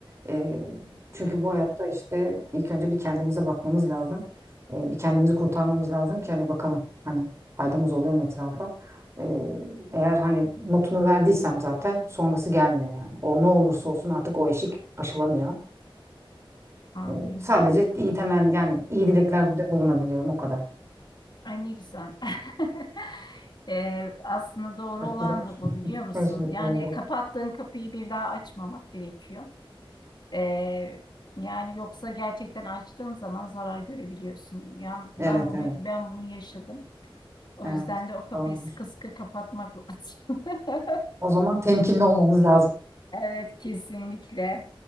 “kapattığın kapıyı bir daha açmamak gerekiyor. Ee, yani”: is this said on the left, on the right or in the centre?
Left